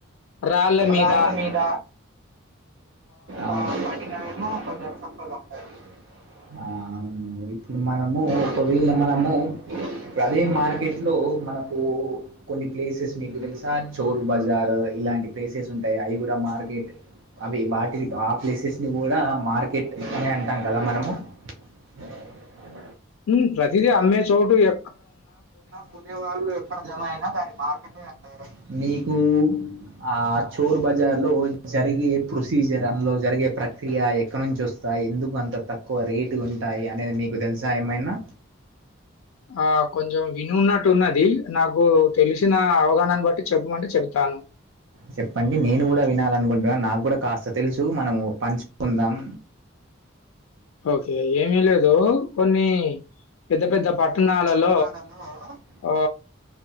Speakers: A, on the left (about 75°); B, on the right (about 60°).
A: రాళ్ళ మీద
B: రాళ్లమీద ఆ పండినవేమో కొద్దిగా చప్పగా ఉంటాయి. ఆ అవును ఇప్పుడు మనము ఒకవేల మనము ఇప్పుడు అదే మ మార్కెట్లో మనకు కొన్ని ప్లేసెస్ మీకు తెలుసా చోరు బజార్ ఇలాంటి ప్లేసెస్ ఉ ఉంటాయి, అవి కూడా మార్కెట్ అవి వాటి ఆ ప్లేసెస్ ని కూడా మార్కెట్ అనే అంటాం కదా మనము, <unintelligible>
A: ఈ ప్రతిదీ అమ్మే చోటు ఏ
B: కొనేవాళ్ళు ఎక్కడ జమ అయినా దాన్ని మార్కెట్ అని అంటారు. మీకు ఆ ఆ చోర్ బజార్ లో జరిగే ప్రొసీజర్ అందులో జరిగే ప్రక్రియ ఎక్కడ నుంచి వస్తాయి. ఎందుకు అంత తక్కువ రేటు ఉంటాయి. అనేది మీకు తెలుసా ఏమైనా
A: ఆ కొంచెం వినున్నట్టు ఉన్నది. నాకు తెలిసిన అవగాహనన్ని బట్టి చెప్పమంటే చెబుతాను,
B: చెప్పండి నేను కూడా వినాలి అనుకుంటున్నా నాకు కూడా కాస్త తెలుసు మనము పంచుకుందాం
A: ఓకే ఏమీ లేదు కొన్ని పెద్ద పెద్ద పట్టణాలలో
B: <unintelligible>
A: ఓ